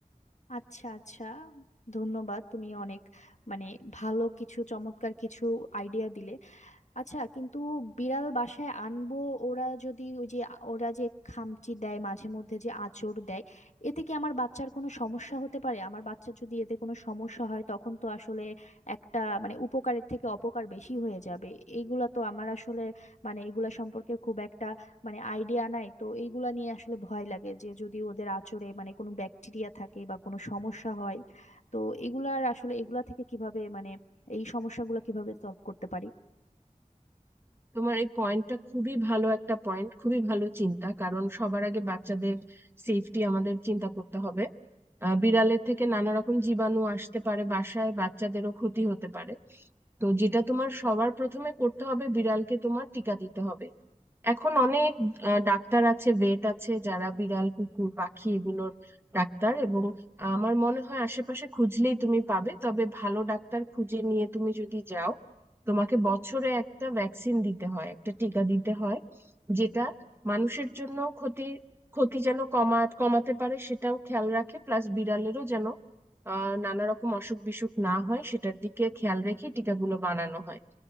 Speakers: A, on the left; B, on the right.
A: আচ্ছা আচ্ছা ধন্যবাদ তুমি অনেক মানে ভালো কিছু চমৎকার কিছু আইডিয়া দিলে আচ্ছা কিন্তু বিড়াল বাসায় আনবো ওরা যদি ওই যে আ- ওরা যে খামচি দেয় মাঝে মধ্যে যে আঁচড় দেয় এতে কি আমার বাচ্চার কোনো সমস্যা হতে পারে আমার বাচ্চা যদি এতে কোনো সমস্যা হয় তখন তো আসলে একটা মানে উপকারের থেকে অপকার বেশি হয়ে যাবে এইগুলা তো আমার আসলে মানে এগুলা সম্পর্কে খুব একটা মানে আইডিয়া নাই তো এইগুলা নিয়ে আসলে ভয় লাগে যে যদি ওদের আঁচড়ে মানে কোনো ব্যাকটেরিয়া থাকে বা কোনো সমস্যা হয় তো এগুলার আসলে এগুলা থেকে কিভাবে মানে এই সমস্যাগুলো কিভাবে সলভ করতে পারি
B: তোমার এই পয়েন্টটা খুবই ভালো একটা পয়েন্ট খুবই ভালো চিন্তা কারণ সবার আগে বাচ্চাদের সেফটি আমাদের চিন্তা করতে হবে আহ, বিড়ালের থেকে নানা রকম জীবাণু আসতে পারে বাসায় বাচ্চাদেরও ক্ষতি হতে পারে তো যেটা তোমার সবার প্রথমে করতে হবে বিড়ালকে তোমার টিকা দিতে হবে এখন অনেক আহ, ডাক্তার আছে ভেট আছে যারা বিড়াল কুকুর পাখি এগুলোর ডাক্তার এবং আমার মনে হয় আশেপাশে খুঁজলেই তুমি পাবে তবে ভালো ডাক্তার খুঁজে নিয়ে তুমি যদি যাও তোমাকে বছরে একটা ভ্যাকসিন দিতে হয় একটা টিকা দিতে হয় যেটা মানুষের জন্য ক্ষতি ক্ষতি যেন কমা কমাতে পারে সেটাও খেয়াল রাখে প্লাস বিড়ালেরও যেন আহ নানা রকম অসুখ বিসুখ না হয় সেটার দিকে খেয়াল রেখে টিকাগুলো বানানো হয়